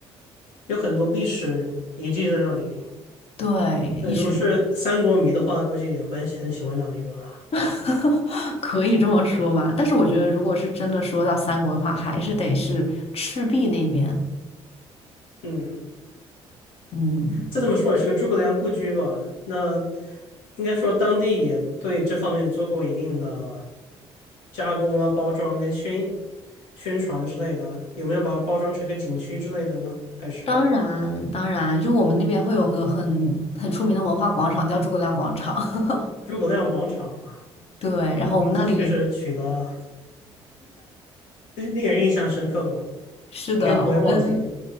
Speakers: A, on the left (about 75°); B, on the left (about 45°).
A: 有很多历史遗迹在那里。
B: 对，一是
A: 那如果是三国迷的话，估计也会很很喜欢那里吧。
B: <laughs> 可以这么说吧，但是我觉得如果是真的说到三国的话，还是得是赤壁那边。
A: 嗯，
B: 嗯，
A: 再怎么说也是个诸葛亮故居吧。那应该说当地也对这方面做过一定的加工啊、包装跟宣宣传之类的，有没有把它包装成个景区之类的呢？还是
B: 当然，当然，就我们那边会有个很很出名的文化广场，叫诸葛亮广场。<laughs>
A: 诸葛亮广场啊？
B: 对，然后我们那里。
A: 这名字确实取得令人印象深刻吧？
B: 是的，
A: 应该不会忘记
B: 我们